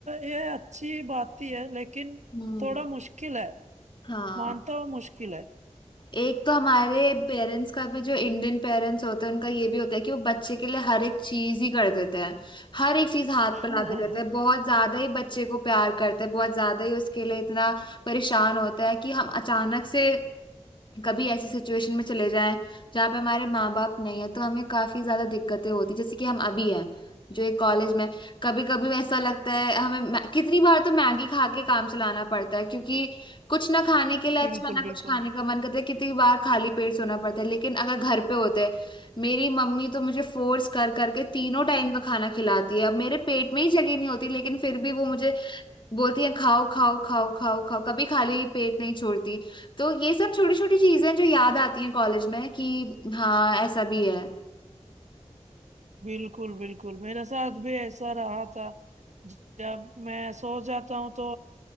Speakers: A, on the right; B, on the left.
A: यह अच्छी बात ही है लेकिन
B: हम्म
A: थोड़ा मुश्किल है
B: हाँ
A: मानता हूँ मुश्किल है
B: एक तो हमारे पेरेंट्स का भी जो इंडियन पेरेंट्स होते हैं उनका ये भी होता है कि वो बच्चे के लिए हर एक चीज ही कर देते हैं हर एक चीज हाथ
A: <laughs>
B: पे ला के देते हैं बहुत ज्यादा ही बच्चे को प्यार करते हैं बहुत ज्यादा ही उसके लिए इतना परेशान होता है कि हम अचानक से कभी ऐसी सिचुएशन में चले जाएं जहाँ पे हमारे माँ बाप नहीं है तो हमें काफी ज्यादा दिक्कतें होती जैसे कि हम अभी हैं जो एक कॉलेज में कभी कभी ऐसा लगता है हमें मै- कितनी बार तो मैगी खा के काम चलाना पड़ता है क्योंकि कुछ ना खाने के लिए अच्छा
A: बिल्कुल
B: ना कुछ
A: बिल्कुल
B: खाने का मन करता है कितनी बार खाली पेट सोना पड़ता है लेकिन अगर घर पे होते मेरी मम्मी तो मुझे फोर्स कर करके तीनों टाइम का खाना खिलाती है अब मेरे पेट में ही जगह नहीं होती लेकिन फिर भी वो मुझे बोलती है खाओ खाओ खाओ खाओ खाओ कभी खाली पेट नहीं छोड़ती तो ये सब छोटी छोटी चीजें हैं जो याद आती हैं कॉलेज में कि हाँ ऐसा भी है
A: बिल्कुल बिल्कुल मेरे साथ भी ऐसा रहा था ज- जब मैं सो जाता हूँ तो